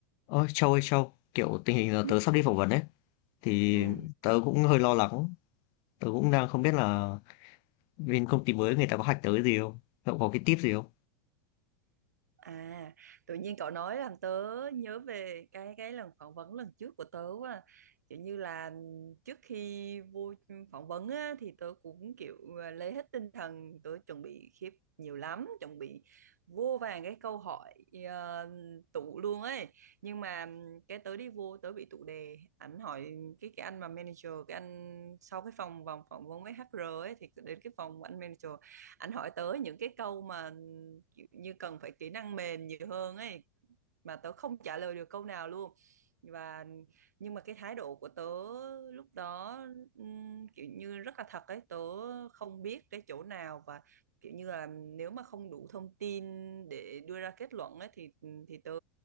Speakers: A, on the left; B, on the right.
A: Ôi Châu ơi Châu, kiểu tình hình là
B: Ừ.
A: tớ sắp đi phỏng vấn ấy, thì
B: Ừ.
A: tớ cũng hơi lo lắng, tớ cũng đang không biết là bên công ty mới người ta có hack tớ cái gì không, cậu có cái tip gì không?
B: À, tự nhiên cậu nói làm tớ nhớ về cái cái lần phỏng vấn lần trước của tớ quá. à. Kiểu như là trước khi vô phỏng vấn á, thì tớ cũng kiểu à, lấy hết tinh thần, tớ chuẩn bị khiếp nhiều lắm, chuẩn bị vô vàng cái câu hỏi ờ, tụ luôn ấy. Nhưng mà cái tớ đi vô tớ bị tụ đề, ảnh hỏi cái cái anh mà manager, cái anh sau cái phòng vòng phỏng vấn với HR ấy thì đến cái phòng của anh manager anh hỏi tới những cái câu mà như cần phải kỹ năng mềm nhiều hơn ấy mà tớ không trả lời được câu nào luôn và nhưng mà cái thái độ của tớ lúc đó ừm, kiểu như rất là thật ấy tớ không biết cái chỗ nào và kiểu như là nếu mà không đủ thông tin để đưa ra kết luận ấy thì thì tớ